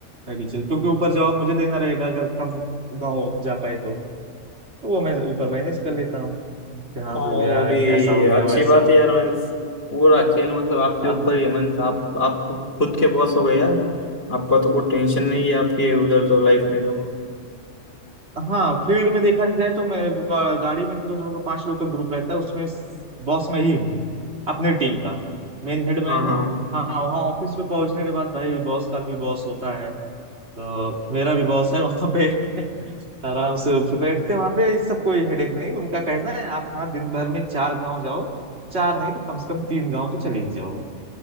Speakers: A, on the right; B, on the left.
A: मैं भी चिल क्योंकि ऊपर जवाब मुझे देना रहेगा अगर कम गाँव जा पाए तो तो वो मैं ऊपर मैनेज कर लेता हूँ कि हाँ
B: हाँ
A: हो
B: यार
A: गया
B: वो भी
A: ऐसा हो गया
B: अच्छी
A: वैसा
B: बात
A: हो
B: है यार मीन्स पूरा खेल मतलब आपके
A: गया
B: ऊपर ही है। मीन्स आप आप खुद के बॉस हो गए यार आपका तो कोई टेंशन नहीं है आपके उधर तो लाइफ में तो
A: हाँ फील्ड में देखा जाए तो मैं ब- गाड़ी में जो हम लोग का पांच लोग का ग्रुप रहता है उसमें बॉस मैं ही हूँ अपनी टीम का मेन हेड मैं
B: हाँ
A: हूँ
B: हाँ हाँ।
A: हाँ वहाँ ऑफिस में पहुंचने के बाद भाई बॉस का भी बॉस होता है तो मेरा भी बॉस है वहाँ पे <laughs> आराम से फिर बैठते हैं वहाँ पे इस सब कोई हेडेक नहीं उनका कहना है आप हाँ दिन भर में चार गांव जाओ चार नहीं तो कम से कम तीन गांव तो चले ही जाओ